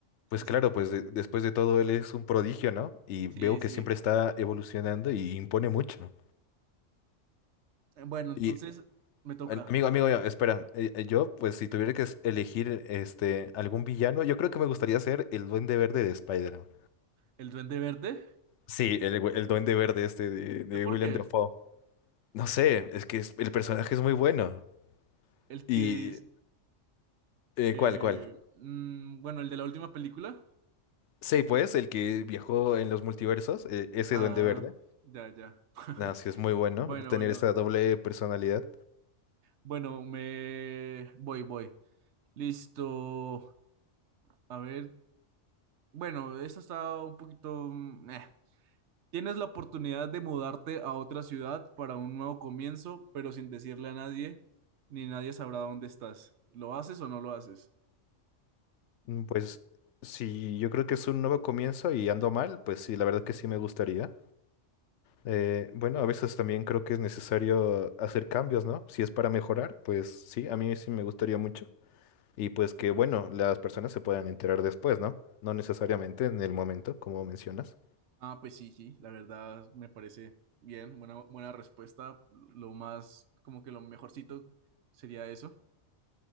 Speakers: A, on the left (about 70°); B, on the right (about 65°).
A: Pues
B: Así,
A: claro, pues de- después de todo él es un prodigio, ¿no? Y
B: sí,
A: veo
B: sí.
A: que siempre está evolucionando y impone mucho.
B: Eh, Bueno, entonces
A: Y
B: me toca
A: Am- Amigo, amigo, mío, espera. Eh, eh, Yo, pues, si tuviera que es- elegir este algún villano, yo creo que me gustaría ser el Duende Verde de Spider-Man.
B: el Duende Verde.
A: Sí, el, gu- el Duende Verde este de, de
B: ¿Eh, ¿Por
A: William
B: qué?
A: Dafoe. No sé, es que es- el personaje es muy bueno.
B: El
A: Y
B: que dice,
A: eh,
B: eh,
A: ¿cuál, cuál?
B: mm, bueno, el de la última película.
A: Sí, pues, el que viajó en los multiversos, eh, ese
B: Ah,
A: Duende Verde.
B: ya, ya. <laughs>
A: Nada, sí es muy bueno
B: Bueno,
A: tener
B: bueno,
A: esta doble personalidad.
B: bueno, me voy, voy. Listo. A ver, Bueno, esto está un poquito... mm, eh. Tienes la oportunidad de mudarte a otra ciudad para un nuevo comienzo, pero sin decirle a nadie, ni nadie sabrá dónde estás. ¿Lo haces o no lo haces?
A: Mm, Pues, si yo creo que es un nuevo comienzo y ando mal, pues sí, la verdad que sí me gustaría. Eh, bueno, a veces también creo que es necesario hacer cambios, ¿no? Si es para mejorar, pues sí, a mí sí me gustaría mucho. Y pues que, bueno, las personas se puedan enterar después, ¿no? No necesariamente en el momento, como mencionas.
B: Ah, pues sí, sí, la verdad me parece bien, buena, buena respuesta. Lo más, como que lo mejorcito sería eso.